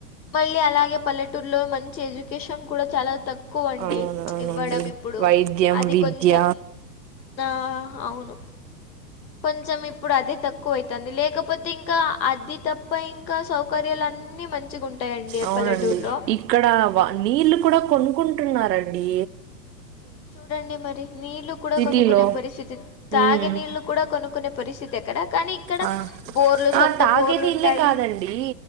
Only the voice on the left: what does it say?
మళ్ళీ అలాగే పల్లెటూరులో మంచి ఎడ్యుకేషన్ కూడా చాలా తక్ క్కువండి
చ్ ఇవ్వడం ఇప్పుడు
అది
కొంచం ఆ అవును కొంచెం ఇప్పుడు అదే తక్కువ అయితంది లేకపోతే ఇంకా అది తప్ప ఇంకా సౌకర్యాలు అన్ని మంచిగా ఉంటాయండి ఆ
పల్లెటూరు లో
ఉ చూడండి మరి నీళ్లు కూడా
కొనుక్కునే పరిస్థితి తాగే
నీళ్లు కూడా కొనుక్కునే పరిస్థితి అక్కడ కానీ ఇక్కడ
బోర్లు సొంత
బోర్లు
ఉంటాయి